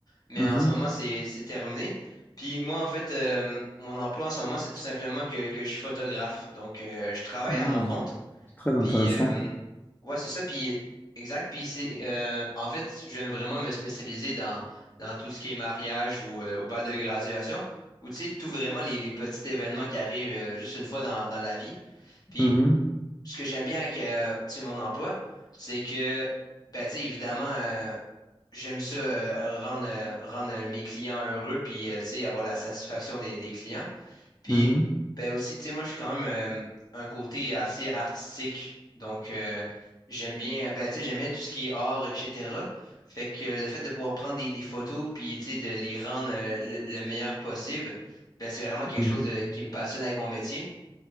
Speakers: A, on the left; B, on the left.
A: mais
B: Mhm,
A: en ce moment c'est c'est terminé puis moi en fait euh, mon emploi en ce moment c'est tout simplement que que je suis photographe donc euh, je travaille
B: mhm.
A: à mon compte
B: C'est Très intéressant.
A: puis, euh, ouais, c'est ça. Puis, exact. Puis, c'est, euh, en fait, je vais vraiment me spécialiser dans, dans tout ce qui est mariage ou, euh, ou bal de graduation, ou tu sais, tout vraiment les, les petits événements qui arrivent euh, juste une fois dans, dans la vie. Puis,
B: Mhm,
A: ce que j'aime bien avec, euh, tu sais, mon emploi, c'est que, ben, tu sais, évidemment, euh, j'aime ça, euh, rendre, euh, rendre euh, mes clients heureux, puis, euh, tu sais, avoir la satisfaction des, des clients. Puis,
B: mhm,
A: ben aussi, tu sais, moi, je suis quand même euh, un côté assez artistique. Donc, euh, j'aime bien, ben, tu sais, j'aime bien tout ce qui est art, etc. Fait que le fait de pouvoir prendre des, des photos, puis, tu sais, de les rendre euh, le, le meilleur possible, ben, c'est vraiment quelque
B: mhm.
A: chose de- qui me passionne avec mon métier.